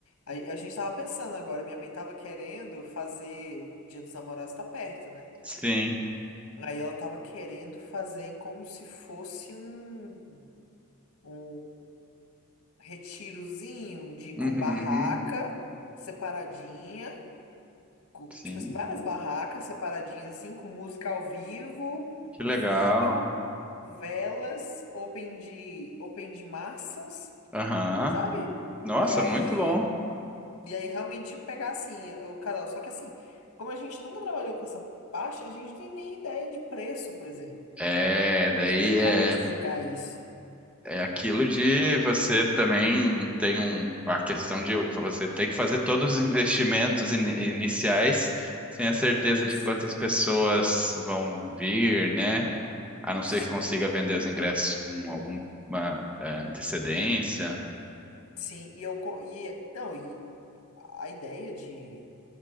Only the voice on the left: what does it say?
a, a gente tava pensando agora, minha mãe tava querendo fazer. O Dia dos Namorados tá perto, né?
Aí ela tava querendo fazer como se fosse um, um retirozinho de,
com barraca separadinha, com-
tipo assim, várias barracas separadinhas assim, com música ao vivo,
vinho, velas, open de, open de massas.
sabe?
E aí,
e aí realmente pegar assim o casal. Só que assim, como a gente nunca trabalhou com essa parte, a gente não tem nem ideia de preço, por exemplo.
E, e como
divulgar isso?
Sim,
sim,
sim. E eu co- e não, e a ideia de